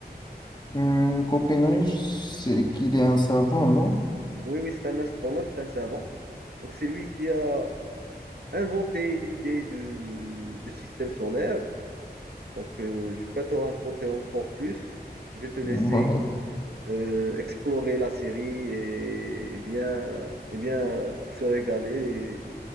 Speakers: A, on the left; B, on the right.
A: Hum, Copernic, c'est qu'il est un savant, non?
B: Oui, oui, c'est un astronaute, c'est un savant. Donc, c'est lui qui a inventé l'idée de, de système solaire. Donc, euh, je peux te raconter encore plus. Je vais te laisser
A: <laughs> Ouais.
B: euh, explorer la série et, et bien, et bien se régaler.